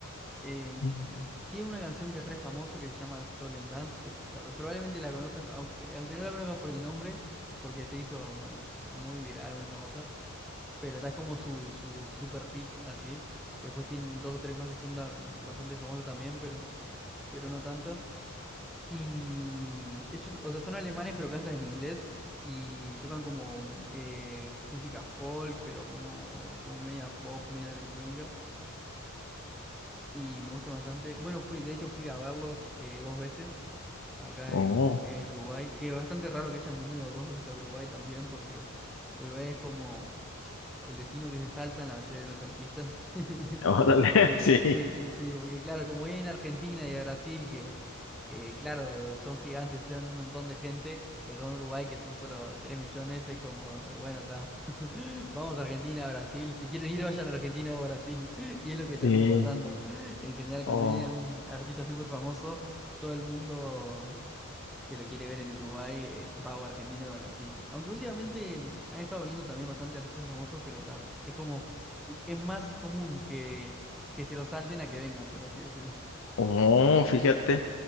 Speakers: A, in the centre; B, on the left.
A: em,
B: Ujú.
A: tiene una canción que es re famosa que se llama Stolen Dance, que ca- probablemente la conozcas, aunque, aunque no la conozcas por el nombre, porque se hizo muy, muy viral, muy famosa, pero tal es como su, su super hit así. Después tienen dos o tres más que son da- bastante famosas también, pero, pero no tanto. Y ellos, o sea, son alemanes, pero cantan en inglés. Y tocan como eh, música folk, pero como, como media pop, media electrónica y me gusta bastante. Bueno, fui, de hecho fui a verlos eh, dos veces acá
B: Oh,
A: en, en Uruguay, que es bastante raro que hayan venido dos veces a Uruguay también, porque Uruguay es como el destino que se salta en la mayoría de los artistas. <laughs>
B: órale,
A: Porque,
B: <laughs>
A: sí,
B: sí.
A: sí, sí, porque claro, como viene en Argentina y a Brasil, que, que claro, son gigantes, llevan un montón de gente, y acá en Uruguay, que son solo 3 millones, es como, bueno, está, <laughs> vamos a Argentina, Brasil, si quieren ir, vayan a Argentina o Brasil, <laughs> y es lo que termina
B: Sí,
A: pasando. En general, cuando
B: oh,
A: viene un artista súper famoso, todo el mundo que lo quiere ver en Uruguay, eh, va o a Argentina o a Brasil. Aunque últimamente mm, han estado viendo también bastante artistas famosos, pero está. Es como, es más común que, que se lo salten a que vengan, por así decirlo. <laughs>
B: oh, fíjate.